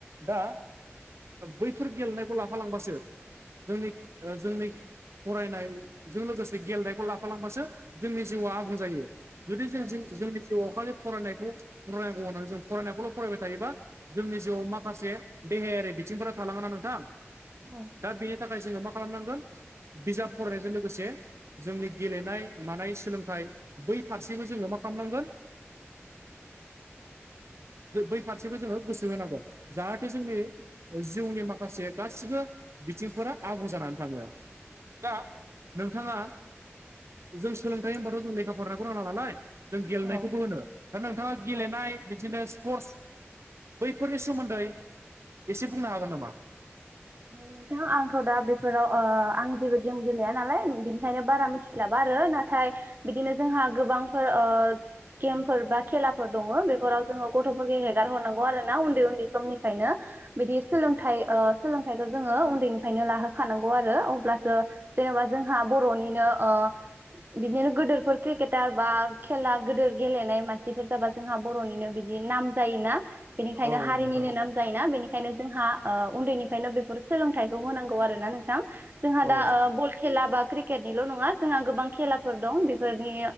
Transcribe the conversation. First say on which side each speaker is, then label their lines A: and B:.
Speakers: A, on the right; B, on the right.
A: दा बैफोर गेलेनायखौ लाफालांबासो जोंनि ओ जोंनि फरायनायजों लोगोसे गेलेनायखौ लाफालांबासो जोंनि जिउआ आबुं जायो जुदि जों
B: औ
A: जोंनि जिवाव खालि फरायनायखौ फरायनांगौ होननानै जों फरायनायखौल फरायबाय थायोबा जोंनि जिउआव माखासे देहायारि बिथिंफोरा थालाङोना नोंथां
B: औ
A: दा बेनि थाखाय जोङो मा खालामनांगोन बिजाब फरायनायजों लोगोसे जोंनि गेलेनाय मानाय सोलोंथाइ बै फारसेबो जोङो मा खालामनांगोन
B: <inaudible>
A: बै फारसेखो जोङो गोसो होनांगोन जाहाथे जोंनि ओ जिउनि माखासे गासिबो बिथिंफोरा आबुं जानानै थाङो दा नोंथाङा जों सोलोंथाइ होनबाथ जों लेखा फराय रोङा नालाय जों गेलेनायखौबो
B: औ
A: होनो दा नोंथाङा गेलेनाय
B: औ
A: बिदिनो स्पर्टस बैफोरनि सोमोन्दै एसे बुंनो हागोन नामा
B: औ नोंथां आंथ दा बेफोराव ओ आं जेबो गेम गेलेया नालाय बिनिखायनो बारा मिथि स्लाबा आरो नाथाय बिदिनो जोंहा गोबांफोर ओ गेमफोर बा खेलाफोर दङ बेफोराव जोङो गथफोरखो हेगार हरनांगौ आरो ना उन्दै उन्दै समनिफायनो बिदि सोलोंथाइ ओ सोलोंथाइखौ जोङो उन्दैनिफायनो लाहोखानांगौ आरो अब्लासो जेनेबा जोंहा बरनिनो‌ ओ बिदिनो गोदोरफोर क्रिकेटार बा खेला गोदोर गेलेनाय मानसिफोर जेनबा जोंहा बरनिनो बिदि नाम जायोना बेनिखायनो
A: औ औ
B: हारिनिनो
A: नोंथां
B: नाम जायोना बेनिखायनो जोंहा ओ उन्दैनि खायनो बेफोर सोलोंथाइखौ होनांगौ आरो ना नोंथां जोंहा
A: औ
B: दा ओ खेला बा क्रिकेटनिल नङा जोंहा गोबां खेलाफोर दं बेफोरनि